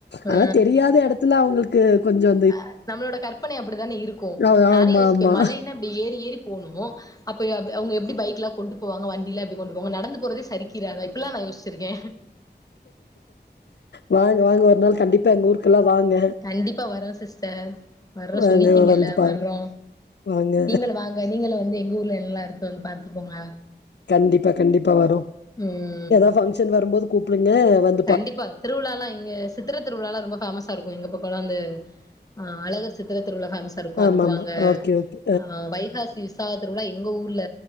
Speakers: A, on the left (about 20°); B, on the left (about 70°).
A: ஆ
B: ஆனா தெரியாத எடத்துல அவுங்களுக்கு கொஞ்சோ
A: அ நம்மளோட கற்பனை அப்டித்தானே இருக்கு
B: அ
A: நானே
B: ஆமா
A: யோசிப்பே
B: ஆமா.
A: மலைனா அப்டி ஏறி ஏறி போனு அப்பய அப் அவுங்க எப்டி பைக்லா கொண்டு போவாங்க வண்டில எப்டி கொண்டு போவாங்க நடந்து போறதே சரிக்கிறாங்த இப்பெல்லா நா யோசிச்சிருக்கே
B: வாங்க வாங்க ஒரு நாள் கண்டிப்பா எங்க ஊருக்கெல்லா வாங்க
A: கண்டிப்பா வரோ சிஸ்டர் வர்றோ
B: வாங்க
A: சொல்லிட்டீங்கல்ல
B: வந்து பாருங்க.
A: வர்றோ
B: வாங்க.
A: நீங்க வாங்க அதா நீங்களு வந்து எங்க ஊர்ல என்னெல்லா இருக்குனு பாத்துட்டுபோங்க
B: கண்டிப்பா கண்டிப்பா வரோ
A: ம்
B: ஏதாது பங்க்ஷன் வரும்போது கூப்புடுங்க வந்
A: கண்டிப்பா திருவிழால்லா இங்க சித்திர திருவிழால்லா ரொம்ப ஃபேமஸா இருக்கு எங்க பக்கோல்லா அந்த ஆ அழகர் சித்திர திருவிழா ஃபேமஸா இருக்கு
B: ஆமாமா.
A: அதுக்கு வாங்க
B: ஓகே ஓகே.
A: ஆ வைகாசி விசாக திருவிழா எங்க ஊர்ல